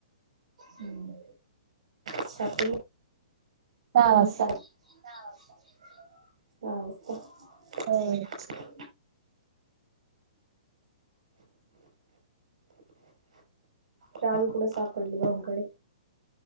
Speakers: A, on the right; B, on the right.
A: हम सापडली?
B: दहा
A: ये मग
B: वाजता
A: सहा वाजता, सहा वाजता?
B: होय.
A: <inaudible> चावी कुठं सापडली भाऊंकडे?